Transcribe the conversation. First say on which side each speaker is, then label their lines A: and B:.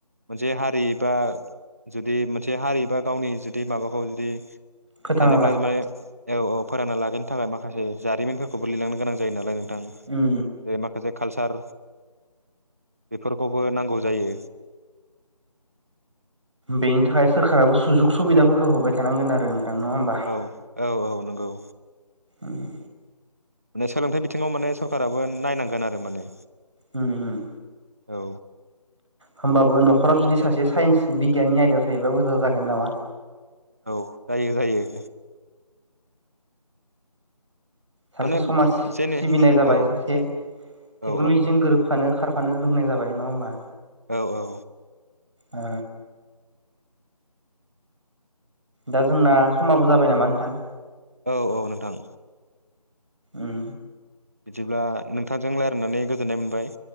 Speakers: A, on the right; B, on the right.
A: मोनसे हारि बा जुदि मोनसे हारि बा गावनि जुदि माबाखौ जुदि
B: फोथांना
A: सानोब्ला
B: लाखि
A: माने औ औ फरायना लाखिनो थाखाय माखासे जारिमिनफोरखौबो लिरलांनो गोनां जायो नालाय नों थां
B: उम
A: बे माखासे कालचार बेफोरखौबो नांगौ जायो।
B: बेनि थाखाय सोरखाराबो सुजुग सुबिदाफोरखौ होबाय थानांगोन आरो नङा होमबा
A: औ औ औ नंगौ।
B: ओम
A: सोलोंथाइ बिथिङाव माने सरकाबो नायनांगोन आरो माने।
B: ओम ओम
A: औ
B: होमबाबो न'खराव जुदि सासे साइन्स बिगियाननि आयदायाव थायोबा मोजां जागोन नामा?
A: औ जायो जायो।
B: सासे
A: माने
B: समाज
A: जेने
B: सिबिनाय जाबाय
A: औ
B: सासे टेक्न'लजिजों
A: औ
B: गोरोबखानो खार फानो रोंनाय जाबाय नङा होमबा?
A: औ औ
B: ओ दा जोंना समाबो जाबाय नामा नोंथां?
A: औ औ नोंथां।
B: ओम
A: बिदिब्ला नोंथांजों रायज्लायनानै गोजोननाय मोनबाय।